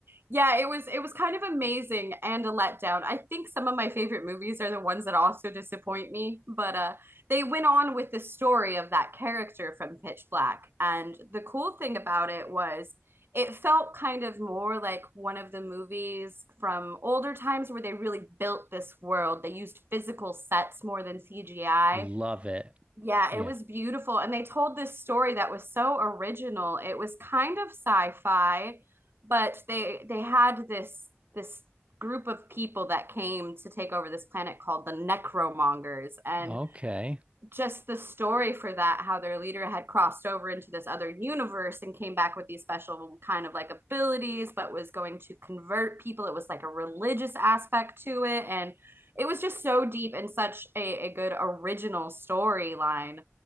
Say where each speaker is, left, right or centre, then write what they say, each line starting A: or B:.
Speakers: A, on the right; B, on the right.
A: Yeah, it was it was kind of amazing and a letdown. I think some of my favorite movies are the ones that also disappoint me, but uh they went on with the story of that character from Pitch Black. And the cool thing about it was it felt kind of more like one of the movies from older times where they really built this world. They used physical sets more than CGI
B: <laughs> Love it.
A: yeah,
B: Yeah.
A: it was beautiful. And they told this story that was so original. It was kind of sci-fi, but they they had this this group of people that came to take over this planet called the Necromongers. And
B: Okay.
A: just the story for that how their leader had crossed over into this other universe and came back with these special kind of like abilities but was going to convert people it was like a religious aspect to it and it was just so deep and such a, a good original storyline